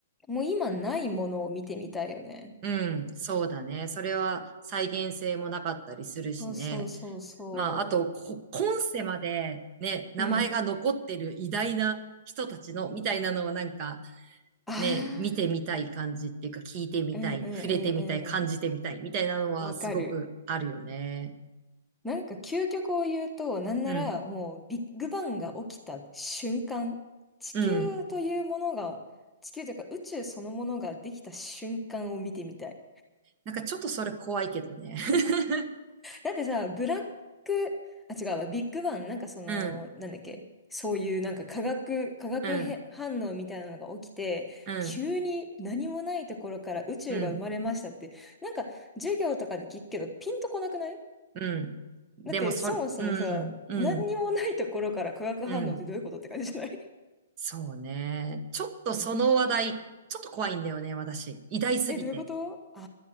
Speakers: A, in the centre; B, on the right (about 30°).
A: もう今ないものを見てみたいよね。
B: うん。そうだね。それは再現性もなかったりするしね。
A: そうそうそうそ
B: まあ、あと、こ今世までね、名前が残ってる偉大な人たちの、
A: う。うん。
B: みたいなのをなんか、
A: あ
B: ね、見てみたい感じっていうか、聞いてみたい、
A: あ、うんうんうん
B: 触れてみたい、感じてみたい、みたいなのはすごくあるよね。
A: うん。わかる。なんか究極を言うと、なんならもうビッグバンが起きた瞬間、
B: うん、
A: 地球というものが、
B: うん。
A: 地球というか宇宙そのものができた瞬間を見てみたい。
B: なんかちょっとそれ怖いけどね。<laughs>
A: だってさ、ブラック、あ、違うわ、ビッグバン、なんかその、
B: うん、
A: なんだっけ、そういうなんか化学、化学へ反応みたいなのが起きて、
B: うん、うん、
A: 急に何もないところから宇宙が生まれましたって、
B: うん、
A: なんか授業とかで聞くけど、ピンとこなくない
B: うん。でもそ、
A: だってそもそもさ、
B: うん、うん、
A: 何にもないところから化学反応ってどういうことって感じじゃない
B: うん。そうね。ちょっとその話題、
A: <laughs> うん。
B: ちょっと怖いんだよね、私。偉大すぎて。
A: え、どういうことああ